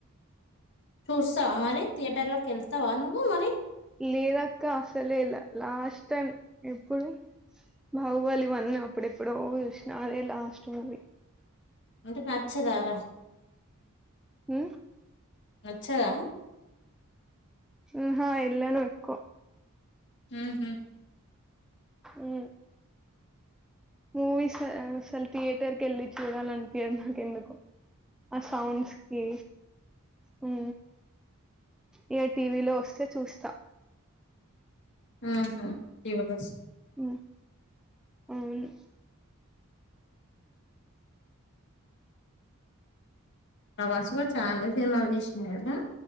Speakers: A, on the left (about 55°); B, in the centre.
A: చూస్తావా మరి థియేటర్ లోకి వెళ్తావా నువ్వు మరి
B: లేదు అక్క అసలే ఎలా లాస్ట్ టైం ఎప్పుడు, బహుబలి వన్ అప్పుడు ఎప్పుడో చూసిన అదే లాస్ట్ మూవి,
A: అంటే నచ్చదారా,
B: హు
A: నచ్చదా
B: ఆహా వేళ్లను ఎక్కువ
A: ఉహు
B: ఉ మూవీస్ అస్ అసలు థియేటర్ క వెళ్ళి చూడాల అనిపియదు నాకు ఎందుకో, ఆ సౌండ్ కి ఉ ఇగా టీవీలో వస్తే చూస్తా,
A: <unintelligible>
B: ఉ అవును
A: ప్రభాస్ కూడా చాలానే సినిమా తీసిండు కదా,